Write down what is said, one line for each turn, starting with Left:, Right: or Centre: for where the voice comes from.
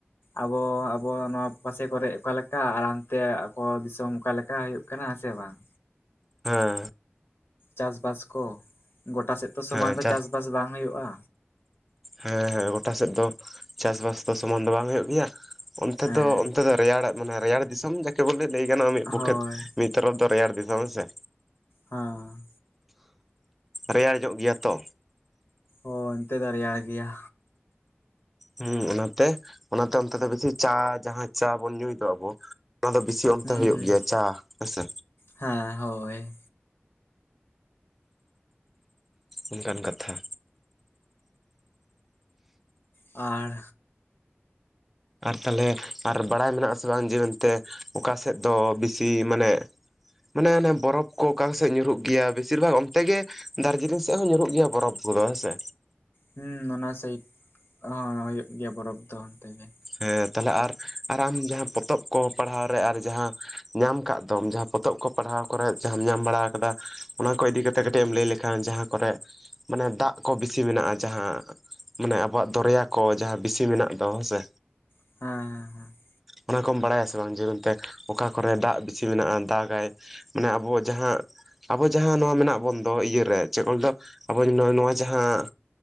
Left: ᱟᱵᱚ ᱟᱵᱚ ᱱᱚᱣᱟ ᱯᱟᱥᱮ ᱠᱚᱨᱮᱜ ᱚᱠᱟᱞᱮᱠᱟ ᱟᱨ ᱚᱱᱛᱮ ᱟᱠᱚ ᱫᱤᱥᱚᱢ ᱚᱠᱟᱞᱮᱠᱟ ᱦᱩᱭᱩᱜ ᱠᱟᱱᱟ ᱥᱮ ᱵᱟᱝ?
Centre: ᱦᱮᱸ
Left: ᱪᱟᱥ ᱵᱟᱥ ᱠᱚ ᱜᱚᱴᱟ ᱥᱮᱫ ᱛᱚ ᱥᱚᱢᱟᱱ
Centre: ᱦᱮᱸ
Left: ᱫᱚ
Centre: ᱪᱟᱥ
Left: ᱪᱟᱥᱵᱟᱥ ᱵᱟᱝ ᱦᱩᱭᱩᱜᱼᱟ᱾
Centre: ᱦᱮᱸ ᱦᱮᱸ ᱜᱚᱴᱟ ᱥᱮᱫ ᱫᱚ ᱪᱟᱥᱵᱟᱥ ᱫᱚ ᱥᱚᱢᱟᱱ ᱫᱚ ᱵᱟᱝ ᱦᱩᱭᱩᱜ ᱜᱮᱭᱟ᱾ ᱚᱱᱛᱮ
Left: ᱦᱮᱸ
Centre: ᱫᱚ ᱚᱱᱛᱮ ᱫᱚ ᱨᱮᱭᱟᱲᱟ ᱢᱟᱱᱮ ᱨᱮᱭᱟᱲ ᱫᱤᱥᱚᱢ ᱡᱟᱠᱮ ᱵᱚᱞᱮ ᱞᱟᱹᱭ ᱜᱟᱱᱚᱜᱼᱟ ᱢᱤᱫ
Left: ᱦᱳᱭ
Centre: ᱯᱚᱠᱠᱷᱮ ᱢᱤᱫ ᱛᱚᱨᱚᱯ ᱫᱚ ᱨᱮᱭᱟᱲ ᱫᱤᱥᱚᱢ ᱦᱮᱸ ᱥᱮ᱾
Left: ᱦᱟᱸ
Centre: ᱨᱮᱭᱟᱲ ᱧᱚᱜ ᱜᱮᱭᱟ ᱛᱚ᱾
Left: ᱚ ᱚᱱᱛᱮ ᱫᱚ ᱨᱭᱟᱲ ᱜᱮᱭᱟ᱾
Centre: ᱦᱩᱸ ᱚᱱᱟᱛᱮ ᱚᱱᱟᱛᱮ ᱚᱱᱛᱮ ᱫᱚ ᱵᱮᱥᱤ ᱪᱟ ᱡᱟᱦᱟᱸ ᱪᱟ ᱵᱚᱱ ᱧᱩᱭ ᱫᱚ ᱟᱵᱚ ᱚᱱᱟ ᱫᱚ ᱵᱮᱥᱤ ᱚᱱᱛᱮ
Left: ᱦᱩᱸ
Centre: ᱦᱩᱭᱩᱜ
Left: ᱦᱩᱸ
Centre: ᱜᱮᱭᱟ ᱪᱟ ᱦᱮᱸᱥᱮ᱾
Left: ᱦᱮᱸ ᱦᱳᱭ,
Centre: ᱚᱱᱠᱟᱱ ᱠᱟᱛᱷᱟ,
Left: ᱟᱨ
Centre: ᱟᱨ ᱛᱟᱞᱦᱮ ᱟᱨ ᱵᱟᱲᱟᱭ ᱢᱮᱱᱟᱜ ᱟᱥᱮ ᱵᱟᱝ ᱡᱮ ᱢᱮᱱᱛᱮ ᱚᱠᱟ ᱥᱮᱫ ᱫᱚ ᱵᱮᱥᱤ ᱢᱟᱱᱮ ᱢᱟᱱᱮ ᱚᱱᱮ ᱵᱚᱨᱚᱯᱷ ᱠᱚ ᱚᱠᱟ ᱥᱮᱫ ᱧᱩᱨᱩᱜ ᱜᱮᱭᱟ ᱵᱮᱥᱤᱨ ᱵᱷᱟᱜ ᱚᱱᱛᱮ ᱜᱮ ᱫᱟᱨᱡᱤᱞᱤᱝ ᱥᱮᱫ ᱦᱚᱸ ᱧᱩᱨᱩᱜ ᱜᱮᱭᱟ ᱵᱚᱨᱚᱯᱷ ᱠᱚᱫᱚ ᱦᱮᱸᱥᱮ,
Left: ᱦᱮᱸ ᱚᱱᱟ ᱥᱟᱭᱤᱰ ᱦᱚᱸ ᱦᱩᱭᱩᱜ ᱜᱮᱭᱟ ᱵᱚᱨᱚᱯᱷ ᱫᱚ ᱚᱱᱛᱮ ᱜᱮ᱾
Centre: ᱦᱮᱸ ᱛᱟᱞᱦᱮ ᱟᱨ ᱟᱨ ᱟᱢ ᱡᱟᱦᱟᱸ ᱯᱚᱛᱚᱵ ᱠᱚ ᱯᱟᱲᱦᱟᱣ ᱨᱮ ᱟᱨ ᱡᱟᱦᱟᱸ ᱧᱟᱢ ᱠᱟᱜ ᱫᱚᱢ ᱡᱟᱦᱟᱸ ᱯᱚᱛᱚᱵ ᱠᱚ ᱯᱟᱲᱦᱟᱣ ᱠᱚᱨᱮ ᱡᱟᱦᱟᱸᱟᱢ ᱧᱟᱢ ᱵᱟᱲᱟᱣ ᱠᱟᱫᱟ ᱚᱱᱟ ᱠᱚ ᱤᱫᱤ ᱠᱟᱛᱮ ᱠᱟᱹᱴᱤᱡ ᱮᱢ ᱞᱟᱹᱭ ᱞᱮᱠᱷᱟᱱ ᱡᱟᱦᱟᱸ ᱠᱚᱨᱮ ᱢᱟᱱᱮ ᱫᱟᱜ ᱠᱚ ᱵᱮᱥᱤ ᱢᱮᱱᱟᱜᱼᱟ ᱡᱟᱦᱟᱸ ᱢᱟᱱᱮ ᱟᱵᱚᱣᱟᱜ ᱫᱚᱨᱭᱟ ᱠᱚ ᱡᱟᱦᱟᱸ ᱵᱮᱥᱤ ᱢᱮᱱᱟᱜ ᱫᱚ ᱦᱮᱸᱥᱮ,
Left: ᱦᱮᱸ ᱦᱮᱸ ᱦᱮᱸ,
Centre: ᱚᱱᱟ ᱠᱚᱢ ᱵᱟᱲᱟᱭᱟᱥᱮ ᱵᱟᱝ ᱡᱮ ᱢᱮᱱᱛᱮ ᱚᱠᱟ ᱠᱚᱨᱮ ᱫᱟᱜ ᱵᱤᱪᱷᱤ ᱢᱮᱱᱟᱜᱼᱟ ᱫᱟᱜᱟᱭ? ᱢᱟᱱᱮ ᱟᱵᱚᱣᱟᱜ ᱡᱟᱦᱟᱸ, ᱟᱵᱚ ᱡᱟᱦᱟᱸ ᱱᱚᱣᱟ ᱢᱮᱱᱟᱜ ᱵᱚᱱ ᱫᱚ ᱤᱭᱟᱹᱨᱮ ᱪᱮᱫ ᱠᱚ ᱞᱟᱹᱭ ᱫᱚ ᱟᱵᱚ ᱱᱚᱣᱟ ᱡᱟᱦᱟᱸ